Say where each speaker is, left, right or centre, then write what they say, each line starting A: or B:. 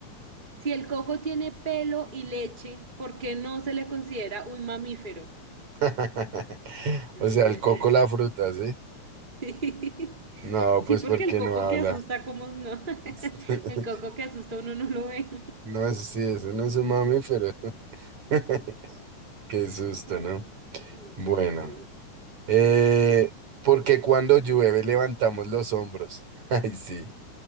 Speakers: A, on the right (about 15°); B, on the right (about 70°).
A: Si el coco tiene pelo y leche, ¿por qué no se le considera un mamífero?
B: <laughs>
A: <laughs>
B: O sea, el coco la fruta, ¿sí?
A: Sí,
B: No,
A: sí,
B: pues
A: porque
B: porque
A: el coco
B: no habla.
A: que asusta, ¿cómo no? <laughs>
B: <laughs>
A: El coco que asusta uno no lo ve.
B: No es, así eso no es un mamífero. <laughs> Qué susto,
A: <laughs> Ay,
B: ¿no?
A: Qué
B: Bueno,
A: susto.
B: eh, porque cuando llueve levantamos los hombros. <laughs> Ay, sí,